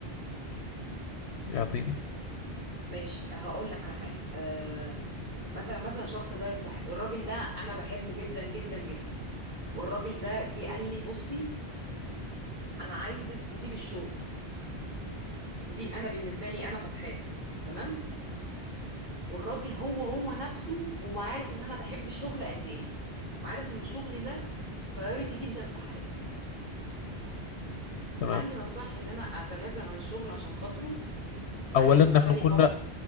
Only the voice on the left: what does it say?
يعطيني
تمام
أولا
نحن
قلنا